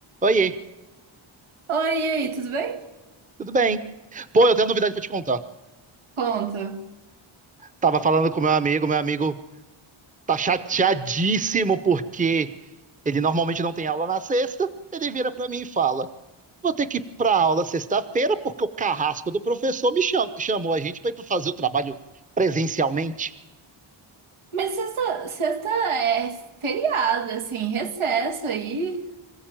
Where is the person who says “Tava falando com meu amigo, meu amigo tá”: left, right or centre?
Right